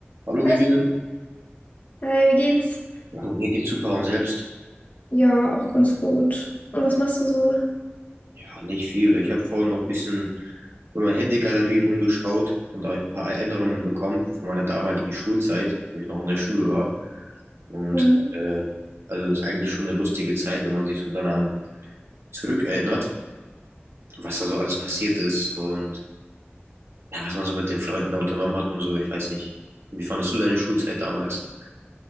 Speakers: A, on the right; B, on the left.
A: Hallo Vivian.
B: Hi, hi, wie geht's?
A: Du, mir geht's super und selbst?
B: Ja, auch ganz gut. Und was machst du so?
A: Ja, nicht viel. Ich habe vorhin noch ein bisschen in meiner Handy-Galerie rumgeschaut und da hab ich ein paar Erinnerungen bekommen von meiner damaligen Schulzeit, wo ich noch in der Schule war. Und
B: Hm.
A: äh, also das ist eigentlich schon eine lustige Zeit, wenn man sich so daran zurückerinnert, was da so alles passiert ist und ja, was man so mit den Freunden da unternommen hat und so. Ich weiß nicht. Wie fandest du deine Schulzeit damals?